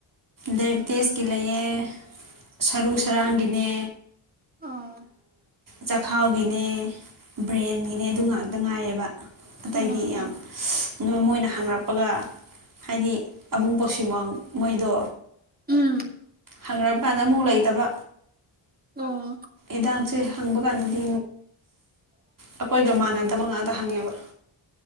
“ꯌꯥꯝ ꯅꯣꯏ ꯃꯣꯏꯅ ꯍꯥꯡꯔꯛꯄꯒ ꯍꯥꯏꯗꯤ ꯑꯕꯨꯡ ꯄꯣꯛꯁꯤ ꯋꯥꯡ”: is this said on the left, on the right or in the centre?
Right